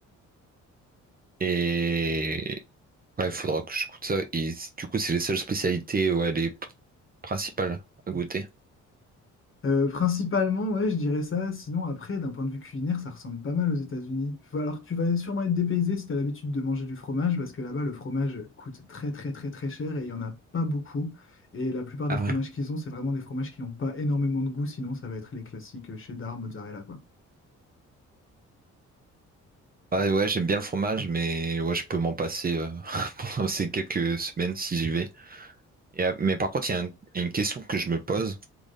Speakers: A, on the right; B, on the left.
A: Et, Ouais, il faudra que je goûte ça. Et c- du coup, c'est les seules spécialités, ouais, les p- principales à goûter.
B: Euh, principalement, ouais, je dirais ça. Sinon, après, d'un point de vue culinaire, ça ressemble pas mal aux États-Unis. Faut- Alors, tu vas sûrement être dépaysé si tu as l'habitude de manger du fromage, parce que là-bas, le fromage coûte très, très, très, très cher et il n'y en a pas beaucoup. Et la plupart des
A: Ah
B: fromages
A: ouais.
B: qu'ils ont, c'est vraiment des fromages qui n'ont pas énormément de goût, sinon, ça va être les classiques euh, cheddar, mozzarella, quoi.
A: Ouais, ouais, j'aime bien le fromage, mais ouais, je peux m'en passer euh, <laughs> pendant ces quelques semaines si j'y vais. Et, euh, mais par contre, il y a un- une question que je me pose,